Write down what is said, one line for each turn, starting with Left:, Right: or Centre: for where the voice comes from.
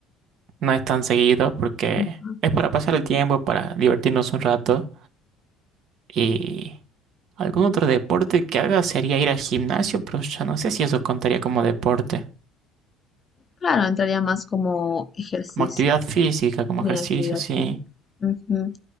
Right: No es tan seguido porque
Left: ujú.
Right: es para pasar el tiempo, para divertirnos un rato. Y algún otro deporte que haga sería ir al gimnasio, pero ya no sé si eso contaría como deporte.
Left: Claro, entraría más como ejercicio.
Right: Como actividad física, como
Left: de
Right: ejercicio,
Left: actividad
Right: sí.
Left: física. Ujú.